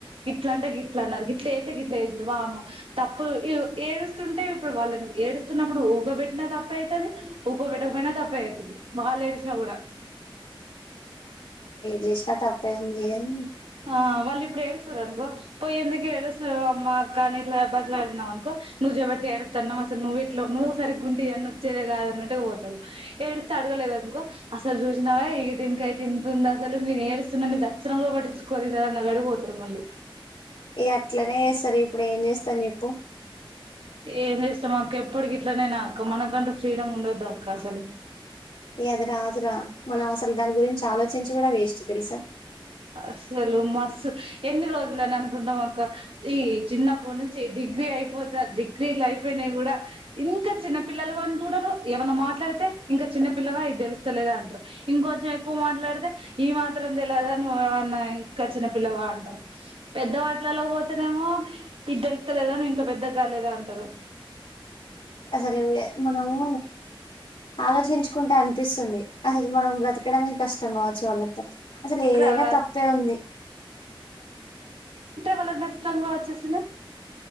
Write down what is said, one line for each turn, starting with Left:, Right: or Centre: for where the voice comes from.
Right: గిట్ల అంటే గిట్లు అన్నారు గిట్లు వస్తతే గిట్లు వస్తారు బ అమ్మ తప్పు ఏడుస్తుంటే ఇప్పుడు వాళ్ళని ఏడుస్తున్నప్పుడు ఊగోబెట్టినా తప్పు అవుతుంది ఊగో పెట్టకపోయినా తప్పు అవుతుది మహ లే ఏడుసినా కూడా
Left: జేసిన తప్పే ఉంది ఏం
Right: ఆ వాళ్ళు ఇప్పుడు ఏడుస్తారునుకో పోయేందుకేడుస్తారు అమ్మ కాని ఇట్లా బదిలాడినావు అనుకో నువ్వు చెబట్టి ఏడుతున్నావు అసలు నువ్వు ఇట్లా నువ్వు సరిగ్గు ఉంట ఇవన్న వచ్చేదే కాద అన్నట్టుగా పోతావు ఏడుస్తే అడగలేదునుకో అసలు చూసినవే ఇ దీనికైతే ఇంతంది అసలు నేను ఏడుస్తున్నా నీ చచ్చన లో పట్టించు అ నా గడి పోతుారు మళ్లికి
Left: అట్లనే చేస్తారు ఇప్పుడు ఏం చేస్తాను చెప్పు
Right: ఏం చేస్తాం మాకు ఎప్పటికి ఇట్లనేనా అక్క మనకంటూ ఫ్రీడమ్ ఉండొదు అక్క అసలు
Left: ఏద్రా అ్ర మనవస అసలు దాని గురించి ఆలోచించి కూడా వేస్ట్ తెలుసా
Right: అసలు మస్సు ఎన్ని రోజులని అనుకుంటాం అక్క ఈ చిన్నప్పటి నుంచి డిగ్రీ అయిపోతా దిగ క్రియలు అయిపోయినాయి కూడా ఇంకా చిన్న పిల్లలు వాని చూడరు ఏమన్నా మాట్లాడితే ఇంకా చిన్న పిల్లవా అది తెలుస్తలేదా అంటారు ఇంకొంచెం ఎక్కువ మాట్లాడితే ఈ మాత్రం తెలిద కచ్చిన పిల్ వాడు్ర పెద్ద వాటిలలో పో స్తనేమో ఇదిద్దలుతలేదా నువ్ ఇంకా పెద్ద కాలేదా అంటారు
Left: అసలు మనము ఆలోచించుకుంటే అనిపిస్తుంది అసలు మనం బ్ర ఇక్కడమే కష్టం కావచ్చు వాళ్ళంతా అసలు ఏదైనా
Right: కదా
Left: తప్పే ఉంది
Right: వాళ నచ్చతంగ వచ్చసిిన